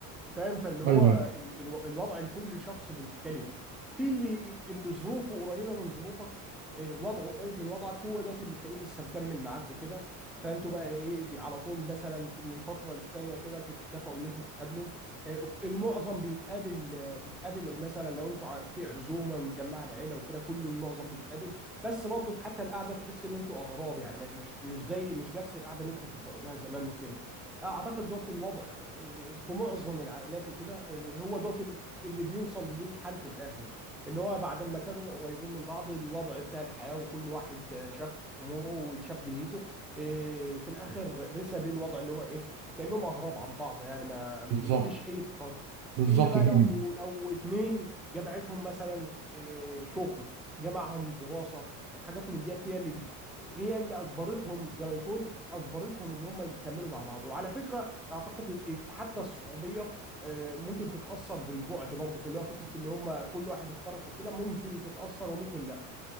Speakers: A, in the centre; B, on the right.
A: فاهم فاللي هو
B: ايوه ايوه
A: ال- ال- الوضع لكل شخص بيختلف في اللي اللي ظروفه قريبه من ظروفك آه، وضعه قريب من وضعك هو دوت اللي تلاقيه لسه مكمل معاك وكده فانتوا بقى ايه بي- على طول مثلا من فتره للتانيه كده تتفقوا ان انتوا تتقابلوا آه، المعظم بيتقابل آه، بيتقابل مثلا لو انتوا ع- في عزومه مجمعه العيله وكده كله المعظم بيتقابل بس برضك حتى القعده تحس ان انتوا اغراب يعني ما- مش مش زي مش نفس القعده اللي انتوا كنتوا بتقعدوها زمان وكده اعتقد دوت الوضع إيه، في معظم العائلات وكده إيه، هو دوت ال- اللي بيوصل ليه الحال في الاخر اللي هو بعد ما كانوا قريبين من بعض الوضع بتاع الحياه وكل واحد شاف اموره وشاف دنيته إيه، في الاخر رسى بيه الوضع اللي هو ايه كانهم اغراب عن بعض يعني ما ما
B: بالظبط
A: فيش اي تقارب
B: بالظبط
A: الا بقى
B: فاهم
A: لو لو اتنين جمعتهم مثلا إيه، شغل جمعهم دراسه حاجات من ديت هي اللي بت... هي اللي اجبرتهم زي ما يكون اجبرتهم اللي هم يكملوا مع بعض وعلى فكره اعتقد إن حتى الصعوبيه آه، ممكن تتاثر بالبعد برضو اللي هو فكره اللي هم كل واحد افترق وكده ممكن تتاثر وممكن لا